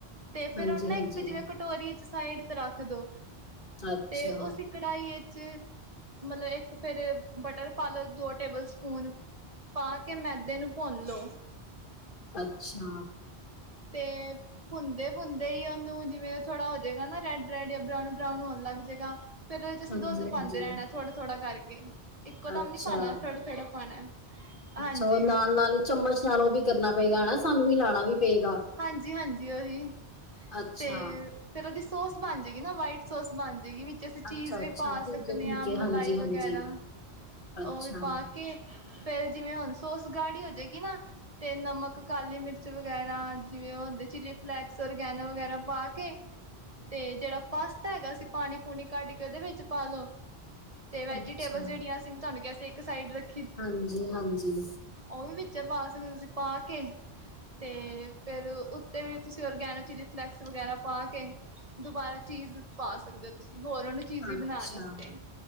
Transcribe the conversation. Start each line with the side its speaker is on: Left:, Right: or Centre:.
Right: ਤੇ ਫਿਰ
Left: ਹਾਂਜੀ
Right: ਉਹ ਨਾ
Left: ਹਾਂਜੀ
Right: ਇੱਕ ਜਿਵੇਂ ਕਟੋਰੀ ਚ ਸਾਈਡ ਰੱਖ ਦੋ
Left: ਅੱਛਾ
Right: ਤੇ ਉਸੀ ਕੜਾਈ ਇੱਚ ਮਤਲਬ ਇੱਕ ਫਿਰ ਬਟਰ ਪਾਲੋ, ਦੋ ਟੇਬਲ ਸਪੂਨ। ਪਾ ਕੇ, ਮੈਦੇ ਨੂੰ ਭੁੰਨਲੋ
Left: ਅੱਛਾ।
Right: ਤੇ ਭੁਨਦੇ - ਭੁਨਦੇ ਹੀ ਉਹਨੂੰ ਜਿਵੇਂ ਥੋੜਾ ਹੋ ਜਾਏਗਾ ਨਾ ਰੈਡ - ਰੈਡ ਜਾਂ ਬਰਾਊਨ - ਬਰਾਊਨ ਹੋਣ ਲੱਗ ਜਾਏਗਾ ਫੇਰ ਉਹਦੇ ਚ, ਅਸੀਂ
Left: ਹਾਂਜੀ
Right: ਦੱਧ
Left: ਹਾਂਜੀ
Right: ਪਾਂਦੇ ਰਹਿਣਾ ਥੋੜ੍ਹਾ- ਥੋੜ੍ਹਾ ਕਰਕੇ ਇੱਕੋ ਦਮ
Left: ਅੱਛਾ
Right: ਨਈਪਾਣਾ, ਥੋੜਾ- ਥੋੜਾ ਪਾਣਾ, ਹਾਂਜੀ।
Left: ਅੱਛਾ ਉਹ ਨਾਲ ਨਾਲ ਚਮਚ ਨਾਲ ਉਹ ਵੀ ਕਰਨਾ ਪਏਗਾ ਨਾ, ਹਨਾ ਸਾਨੂੰ ਹਿਲਾਣਾ ਵੀ ਪਏਗਾ।
Right: ਹਾਂਜੀ - ਹਾਂਜੀ ਓਹੀ,
Left: ਅੱਛਾ
Right: ਤੇ ਫੇਰ, ਉਹਦੀ ਸੋਸ ਬਣ ਜਾਏਗੀ ਨਾ, ਵਾਈਟ ਸੋਸ ਬਣ ਜਾਏਗੀ, ਵੀ ਤੇ ਅਸੀਂ
Left: ਅੱਛਾ
Right: ਚੀਜ਼ ਵੀ
Left: ਅੱਛਾ
Right: ਪਾ
Left: ਠੀਕ
Right: ਸਕਦੇ
Left: ਹੈ ਠੀਕ
Right: ਹਾਂ,
Left: ਹੈ
Right: ਮਲਾਈ
Left: ਹਾਂਜੀ ਹਾਂਜੀ
Right: ਵਗੈਰਾ,
Left: ਅੱਛਾ
Right: ਉਹ ਵੀ ਪਾ ਕੇ ਫੇਰ ਜਿਵੇਂ, ਹੁਣ ਸੋਸ ਗਾੜੀ ਹੋ ਜਾਏਗੀ ਨਾ, ਤੇ ਨਮਕ ਕਾਲੀ ਮਿਰਚ ਵਗੈਰਾ ਜਿਵੇਂ ਉਹ ਹੁੰਦੇ, ਚਿੱਲੀ ਫਲੇੈਕਸ, ਔਰਗੈਨੋ ਵਗੈਰਾ ਪਾ ਕੇ ਤੇ ਜਿਹੜਾ, ਪਾਸਤਾ ਹੈਗਾ ਸੀ, ਪਾਣੀ - ਪੂਣੀ ਕੱਢ ਕੇ ਉਹਦੇ ਵਿੱਚ ਪਾ ਲੋ ਤੇ ਵੈਜੀਟੇਬਲਸ
Left: ਅੱਛਾ
Right: ਜਿਹੜੀਆਂ, ਅਸੀਂ ਤੁਹਾਨੂੰ ਕਿਹਾ ਸੀ, ਇੱਕ ਸਾਈਡ ਰੱ
Left: ਹਾਂਜੀ, ਹਾਂਜੀ।
Right: ਓ ਵੀ ਵਿਚੇ ਪਾ ਸਕਦੇ, ਤੂਸੀ ਪਾ ਕੇ ਤੇ ਫੇਰ ਉਤੇ ਵੀ, ਤਸੀ ਔਰਗੈਨੋ ਚਿਲੀ, ਫਲੇੈਕਸ ਵਗੈਰਾ ਪਾ ਕੇ ਦੁਬਾਰਾ ਚੀਜ਼ ਪਾ ਸਕਦੇ ਤੁਸੀ, ਹੋਰ ਓਨੂੰ ਚੀਜੀ਼
Left: ਅੱਛਾ
Right: ਬਨਾਨ ਅਸਤੇ